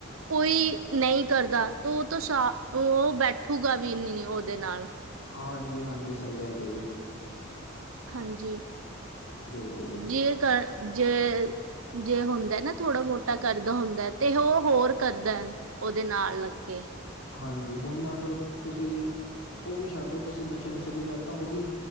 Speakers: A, on the right (about 85°); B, on the left (about 85°).
A: ਕੋਈ ਨਹੀਂ ਕਰਦਾ ਤਾਂ ਉਹ ਤੋਂ ਸਾ ਓ ਬੈਠੂਗਾ ਵੀ ਨਹੀਂ ਉਹਦੇ ਨਾਲ
B: ਹਾਂਜੀ ਹਾਂਜੀ ਸਹੀ ਗੱਲ ਹੈ ਜੀ,
A: ਹਾਂਜੀ।
B: ਬਿਲਕੁਲ ਜੀ
A: ਜੇ ਕਰ ਜੇ ਜੇ ਹੁੰਦਾ ਨਾ ਥੋੜਾ ਮੋਟਾ ਕਰਦਾ ਹੁੰਦਾ ਤੇ ਉਹ ਹੋਰ ਕਰਦਾ ਉਹਦੇ ਨਾਲ ਲੱਗੇ ਕੇ।
B: ਹਾਂਜੀ। ਹੁਣ ਮੰਨ ਲਓ ਤੁਸੀਂ ਉਹ ਵੀ ਛੱਡ ਦੋ ਤੁਸੀਂ ਨਸ਼ੇ ਨੁਸ਼ੇ ਦੀ ਗੱਲ ਤਾਂ ਹੋਈ।